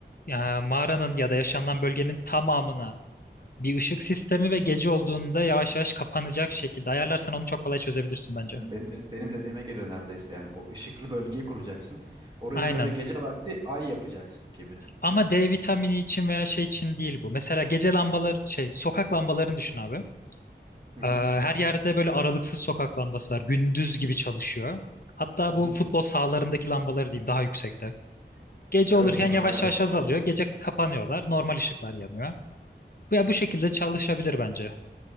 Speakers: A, on the left; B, on the right.
A: e, mağaranın ya da yaşanılan bölgenin tamamına bir ışık sistemi ve gece olduğunda yavaş yavaş kapanacak şekilde ayarlarsan onu çok kolay çözebilirsin bence.
B: Hmm, Benim, de- benim dediğime geliyor neredeyse yani bu ışıklı bölgeyi kuracaksın. Orayı
A: Aynen.
B: böyle gece vakti ay yapacaksın gibi.
A: Ama D vitamini için veya şey için değil bu. Mesela gece lambaları şey sokak lambalarını düşün abi.
B: Hı hı.
A: Ee, Her yerde böyle aralıksız sokak lambası var. Gündüz gibi çalışıyor. Hatta
B: Hı
A: bu
B: hı.
A: futbol sahalarındaki lambaları diyeyim daha yüksekte. Gece
B: Evet
A: olurken
B: onlar
A: yavaş
B: bayağı
A: yavaş
B: ışık
A: azalıyor.
B: veriyor.
A: Gece kapanıyorlar. Normal ışıklar yanıyor. Ya bu şekilde çalışabilir bence.